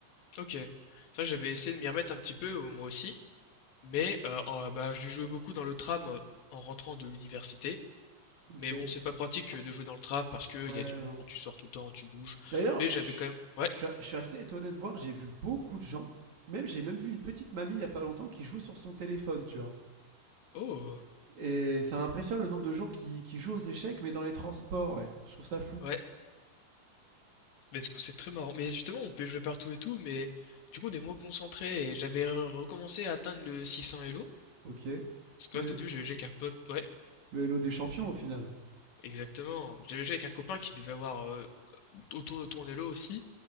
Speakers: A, on the left; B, on the right.
A: ok. Ça, j'avais essayé de m'y remettre un petit peu, euh, moi aussi. Mais euh, en- bah, je jouais beaucoup dans le tram euh, en rentrant de l'université.
B: Ok.
A: Mais bon, c'est pas pratique euh, de jouer dans le tram parce que
B: Ouais,
A: y a du monde,
B: non.
A: tu sors tout le temps, tu bouges.
B: D'ailleurs,
A: Mais j'avais
B: je
A: quand même. Ouais.
B: je suis je suis assez étonné de voir. J'ai vu beaucoup de gens. Même, j'ai même vu une petite mamie il y a pas longtemps qui jouait sur son téléphone, tu vois.
A: Oh.
B: Et ça m'impressionne le nombre de gens qui, qui jouent aux échecs, mais dans les transports, ouais. Je trouve ça fou.
A: Ouais. Mais du coup, c'est très marrant. Mais justement, on peut jouer partout et tout, mais du coup, on est moins concentré. Et j'avais re- recommencé à atteindre le 600 Elo.
B: Ok.
A: Parce que
B: Le,
A: Squat audio, j'avais joué avec un pote, ouais,
B: le Hello des champions, au final.
A: exactement. J'avais joué avec un copain qui devait avoir euh, autour de ton elo aussi,